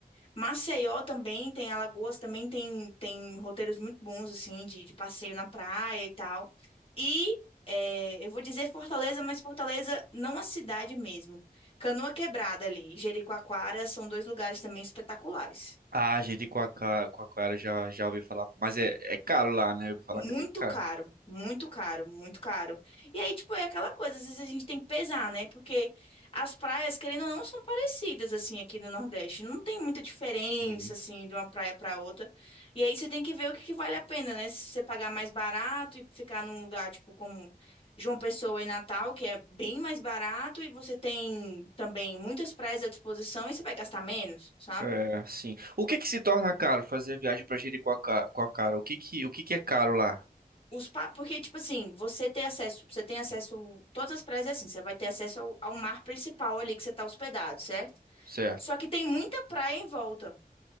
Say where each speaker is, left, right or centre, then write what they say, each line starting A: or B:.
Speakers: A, on the left; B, on the right.
A: Maceió também tem, Alagoas também tem, tem roteiros muito bons, assim, de, de passeio na praia e tal. E é, eu vou dizer Fortaleza, mas Fortaleza não a cidade mesmo. Canoa Quebrada ali, Jericoacoara são dois lugares também espetaculares.
B: Ah, gente, com a cara já já ouvi falar, mas é, é caro lá, né? Eu ouvi falar
A: Muito
B: que é bem caro.
A: caro, muito caro, muito caro. E aí, tipo, é aquela coisa, às vezes a gente tem que pesar, né? Porque as praias, querendo ou não, são parecidas, assim, aqui no Nordeste. Não tem muita diferença,
B: Sim.
A: assim, de uma praia para outra. E aí você tem que ver o que que vale a pena, né? Se você pagar mais barato e ficar num lugar, tipo, como João Pessoa e Natal, que é bem mais barato, e você tem também muitas praias à disposição e você vai gastar menos, sabe?
B: É, sim. O que que se torna caro fazer viagem pra Jericoacoara? O que que, o que que é caro lá?
A: Os pa- Porque, tipo assim, você tem acesso, você tem acesso, todas as praias é assim, você vai ter acesso ao, ao mar principal ali que você está hospedado, certo?
B: Certo.
A: Só que tem muita praia em volta.